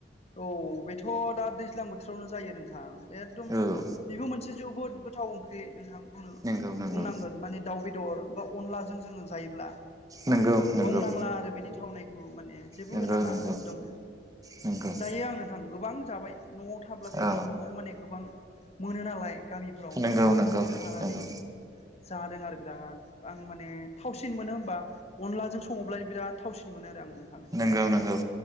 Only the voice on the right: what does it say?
औ
नंगौ नंगौ
नंगौ नंगौ
नंगौ
नंगौ
नंगौ
औ
नंगौ
नंगौ
नंगौ
नंगौ नंगौ